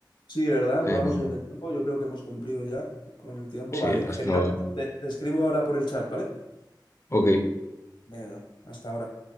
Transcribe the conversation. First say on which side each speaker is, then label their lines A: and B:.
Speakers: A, on the left; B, on the left.
A: sí, ¿verdad?
B: Em,
A: Vamos bien de tiempo. Yo creo que hemos cumplido ya con el tiempo.
B: sí,
A: Vale,
B: hasta...
A: genial. Pues te te escribo ahora por el chat, ¿vale?
B: Ok.
A: Venga, hasta ahora.